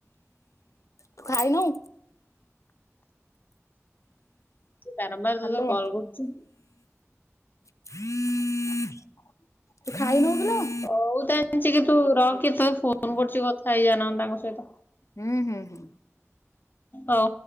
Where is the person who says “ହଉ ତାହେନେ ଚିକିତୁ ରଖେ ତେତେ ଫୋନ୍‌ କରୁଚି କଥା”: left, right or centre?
Left